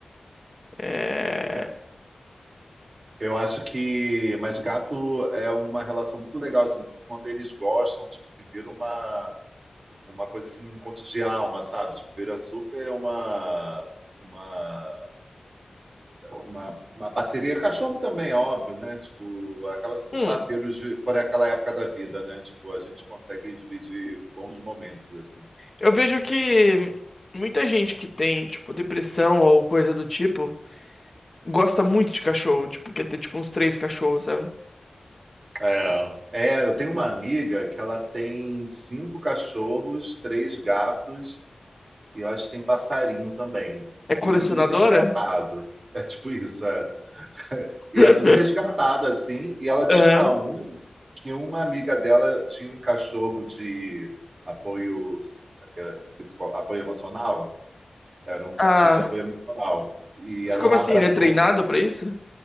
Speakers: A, on the left; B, on the right.
A: é.
B: É. Eu acho que, mas gato é uma relação muito legal, assim, quando eles gostam, tipo assim, vira uma, uma coisa assim, um encontro de alma, sabe? Tipo, vira super uma, uma, uma, uma parceria. Cachorro também, óbvio, né? Tipo, acaba sendo
A: Hum.
B: um parceiro de, por aquela época da vida, né? Tipo, a gente consegue dividir bons momentos, assim.
A: Eu vejo que muita gente que tem, tipo, depressão ou coisa do tipo, gosta muito de cachorro, tipo, quer ter, tipo, uns três cachorros, sabe?
B: É. É, eu tenho uma amiga que ela tem cinco cachorros, três gatos, E eu acho que tem passarinho também.
A: É
B: E
A: colecionadora?
B: tudo resgatado. É tipo isso, é. E
A: <laughs>
B: é tudo resgatado, assim. E ela tinha
A: Aham.
B: um que uma amiga dela tinha um cachorro de apoio, eh, psico- apoio emocional. Era um
A: Ah.
B: cachorro de apoio emocional. E
A: Mas
B: era
A: como
B: um labrador.
A: assim? Ele é treinado pra isso?